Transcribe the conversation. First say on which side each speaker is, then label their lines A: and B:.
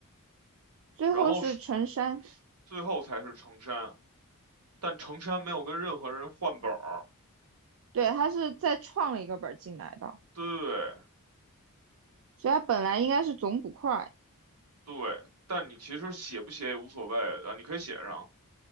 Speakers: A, on the right (about 60°); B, on the right (about 85°).
A: 最后是陈山，
B: 然后是最后才是成山，但成山没有跟任何人换本儿，
A: 对，他是再创了一个本儿进来的，
B: 对
A: 所以他本来应该是总捕快，
B: 对，但你其实写不写也无所谓啊，你可以写上，